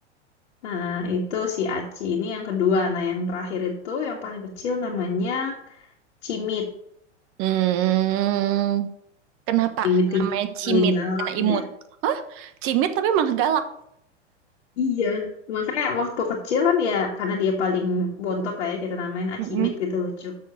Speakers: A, on the left (about 65°); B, on the right (about 40°).
A: Nah, itu si Aci ini yang kedua. Nah, yang terakhir itu yang paling kecil namanya Cimit.
B: Hmm, kenapa
A: Cimit
B: namanya
A: ini
B: cimit?
A: paling galak
B: Karena imut.
A: deh.
B: Hah? Cimit tapi malah galak.
A: Iya, makanya waktu kecil kan ya karena dia paling bontot lah ya kita namain Acimit
B: Mm-mm.
A: gitu lucu.